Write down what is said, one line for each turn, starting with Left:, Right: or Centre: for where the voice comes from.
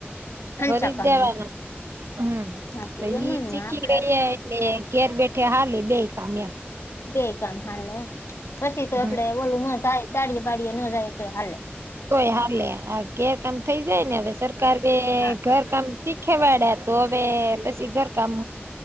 Left: હંસા
Right: ફરી
Left: કામનું
Right: દેવાના હમ
Left: હા
Right: તો
Left: એમ જ
Right: ઈ
Left: ને
Right: ચીખી
Left: આપડે
Right: ગઈ. એ ઘર બેઠે હાાલ એ બે કામ્યા
Left: ગઈ કામ હાલે પછી તો આપડે
Right: હમ
Left: ઓલું ન થાય દાડીયે બળિયા ન જાય, તો હાલે
Right: કોઈ હાલેે આ ગેરકામ થઈ જાય, ને હવે સરકાર
Left: હા
Right: ઘર કામ શીખેવાડ્યા તો હવે પછી ઘરકામ